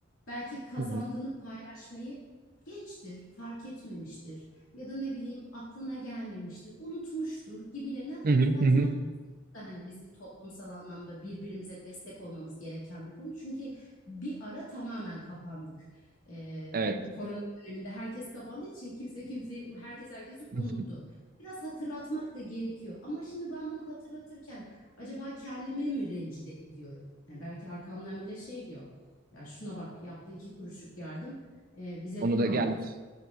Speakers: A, on the left; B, on the right.
A: belki kazandığını
B: Hı hı.
A: paylaşmayı gençtir, fark etmemiştir ya da ne bileyim aklına gelmemiştir, unutmuştur gibilerinden hatırlatmak
B: Hı hı. Hı hı.
A: da hani bizim toplumsal anlamda birbirimize destek olmamız gereken bir konu. Çünkü bir ara tamamen kapandık. Ee,
B: Evet.
A: bu korona döneminde herkes kapandığı için kimse kimseyi, herkes herkesi unuttu.
B: Hı hı.
A: Biraz hatırlatmak da gerekiyor. Ama şimdi ben bunu hatırlatırken acaba kendimi mi rencide ediyorum? Yani belki arkamdan bile şey diyor. Ya şuna bak yaptığı iki kuruşluk yardım e, bize
B: Onu
A: bunu
B: da
A: anlatıyor.
B: gelmiş.